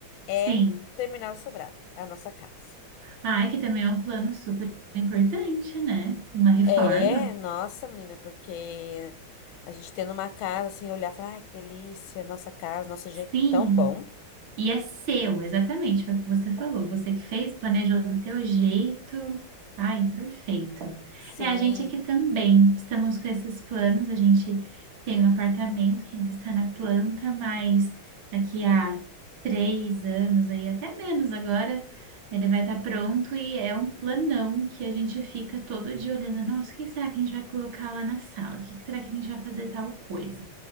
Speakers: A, on the left; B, on the right.
A: é
B: Sim.
A: terminar o sobrado, a nossa casa.
B: Ai, que também é um plano super importante, né? Uma reforma.
A: É, nossa, menina, porque a gente tendo uma casa assim, olhar e falar, ai, que delícia, nossa casa, nosso jeito,
B: Sim.
A: tão bom.
B: E é seu, exatamente, foi o que você falou. Você que fez, planejou do teu jeito. Ai, perfeito.
A: Sim,
B: É, a gente aqui também. Estamos com esses planos. A gente tem um apartamento que ainda está na planta, mas daqui a três anos, aí até menos agora, ele vai estar pronto e é um planão que a gente fica todo dia olhando. Nossa, o que será que a gente vai colocar lá na sala? O que será que a gente vai fazer tal coisa?